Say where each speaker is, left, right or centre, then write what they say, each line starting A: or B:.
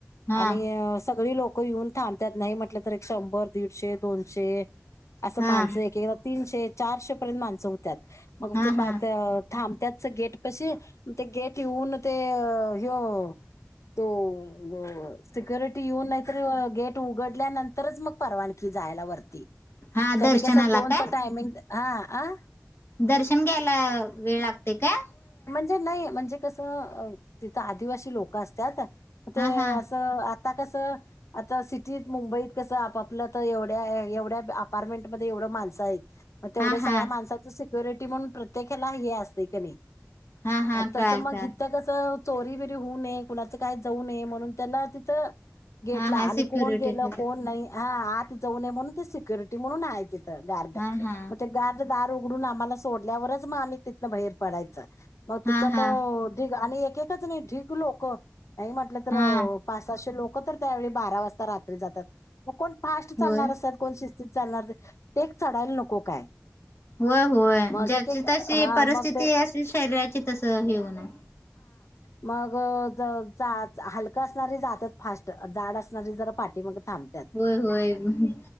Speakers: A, on the left (about 50°); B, on the left (about 65°).
A: हा
B: आणि सगळी लोक येऊन थांबत्यात. नाही म्हटलं तर एक शंभर, दीडशे, दोनशे असं
A: हा
B: माणसं एक एकदा तीनशे चारशे पर्यंत माणसं होत्याात मग
A: हा
B: ते
A: हा
B: ब थां त्याच गेट पशी. ते गेट येऊन ते ह्यो तो हो सिक्युरिटी येऊन नाहीतरी गेट उघडल्यानंतरच मग परवानगी जायला वरती
A: हा
B: तेनी
A: दर्शनाला
B: कसं दोनच
A: काय
B: टायमिंग हं हा.
A: दर्शन घ्यायला वेळ लागतय काय?
B: म्हणे नाही म्हणजे कसं तिथ आदिवासी लोकं असत्यात
A: हा
B: ते
A: हा
B: असं आता कसं आता सिटीत मुंबईत कसं आपापलं तर एवढ्या एवढ्या अपार्टमेंटमध्ये एवढं माणसं हाईत म तेवढ्या
A: हा
B: सगळ्या
A: हा
B: माणसा च स्युरिटी म्हणून प्रत्येक हे ला हे असतेय कीनी.
A: हा हा
B: तसं
A: कळाल
B: मग
A: कळाल
B: इथं कसं चोरी बिरी होऊ नये. कुणाचं काय जाऊ नये म्हणून त्याना तिथं गेटला
A: हा हा
B: आणि
A: सिक्युरिटी
B: कोण गेलं
A: ठेवतात
B: कोण नाही हा आत जाऊ नये म्हणून ते सिक्युरिटी म्हणून आहे तिथ गार्ड,
A: हा हा
B: मग ते गार्ड दार उघडून आम्हाला सोडल्यावरच म आम्ही तिथनं बाहेर पडायच मग तिकडं
A: हा हा
B: अं आणि एक एकच नाही ढी क लोकं नाही म्हटलं तर
A: हा
B: अं पा साशे लोकं लोकं तर त्या वेळी बारा वाजता रात्री जात्यात, मग कोण फास्ट चालणार
A: होय
B: आस्त्यात कोण शिस तीत चालणार टेक चढायला नको काय?
A: होय होय
B: मग
A: ज्याची
B: एक एक
A: तशी
B: हा
A: परिस्थिती
B: मग ते
A: असेल शरीराची तस हे हूनार.
B: मग चा हलका असणारे जात्यात फास्ट जाड आ सणारी जरा पाठीमाग थांबत्यात.
A: होय होय